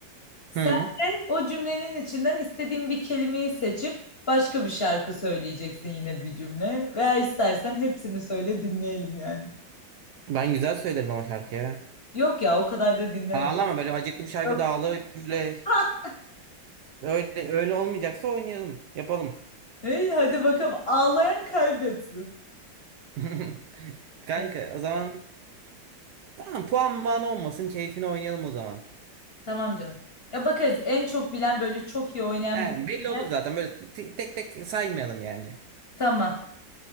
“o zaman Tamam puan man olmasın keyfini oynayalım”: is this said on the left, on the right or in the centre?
Right